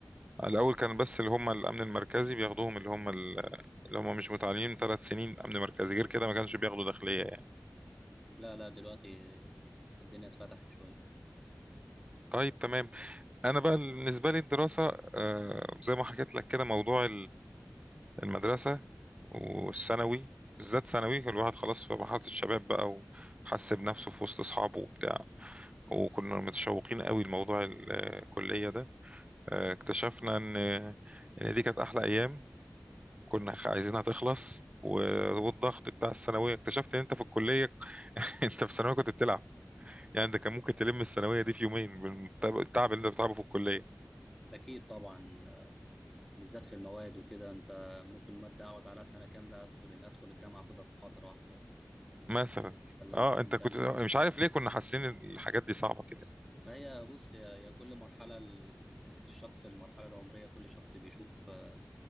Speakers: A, on the right; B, in the centre.
A: الاول كان بس اللي هم الامن المركزي بياخدوهم اللي هم ال... اللي هم مش متعلمين ثلاث سنين امن مركزي غير كده ما كانش بياخدوا داخليه يعني
B: لا لا دلوقتي الدنيا اتفتحت شويه
A: طيب تمام انا بقى بالنسبه لي الدراسه آه، زي ما حكيت لك كده موضوع المدرسة والثانوي بالذات ثانوي كان الواحد خلاص في مرحلة الشباب بقى وحس بنفسه في وسط أصحابه وبتاع وكنا متشوقين قوي لموضوع الكلية ده آه، اكتشفنا إن إن دي كانت أحلى أيام كنا خ- عايزينها تخلص و- والضغط بتاع الثانوية اكتشفت إن أنت في الكلية <laughs> أنت في الثانوية كنت بتلعب يعني أنت كان ممكن تلم الثانوية دي في يومين بالتعب التعب اللي أنت بتعبه في الكلية
B: اكيد طبعا آه، بالذات في المواد وكده انت ممكن ماده اقعد عليها سنه كامله ادخل ادخل الجامعه اخدها في محاضره واحده
A: مثلا
B: ولا
A: اه
B: انت انت
A: انت كنت مش عارف ليه كنا حاسين إن الحاجات دي صعبة كده
B: ما هي بص يا يا كل مرحلة ال- الشخص المرحلة العمرية كل شخص بيشوف اه